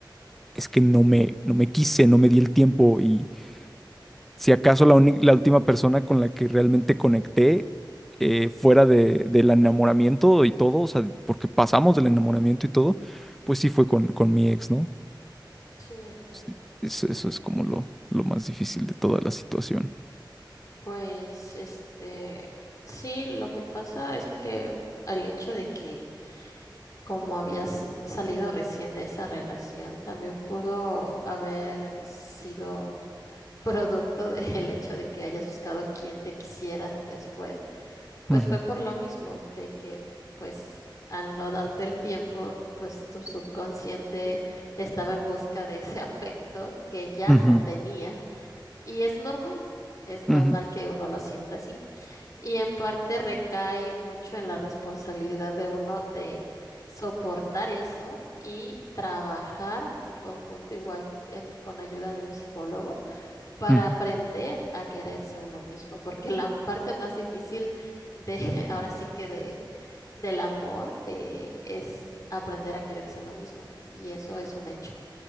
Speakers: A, in the centre; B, on the left (about 45°).
A: es que no me, no me quise, no me di el tiempo. Y si acaso la, uni- la última persona con la que realmente conecté eh, fuera de, del enamoramiento y todo, o sea, porque pasamos del enamoramiento y todo, pues sí fue con, con mi ex, ¿no?
B: Sí, entiendo.
A: Sí, Es- Eso, eso es como lo, lo más difícil de toda la situación.
B: Pues, este, sí, lo que pasa es que el hecho de que como habías salido recién de esa relación, también pudo haber sido producto <laughs> del hecho de que hayas buscado quien te quisiera después Pues
A: Ujú,
B: fue por lo mismo, de que pues al no darte el tiempo, pues tu subconsciente estaba en busca de ese <laughs> afecto que ya
A: ujú.
B: no tenía. Y es normal, es normal
A: Ujú,
B: que uno lo sienta así. Y en parte recae mucho en la responsabilidad de uno de soportar eso y trabajar en conjunto, igual en- con ayuda de un psicólogo para
A: ujú.
B: aprender a quererse uno mismo, porque la parte más difícil de, <laughs> ahora sí que de, del amor eh, es aprender a quererse uno mismo, y eso es un hecho,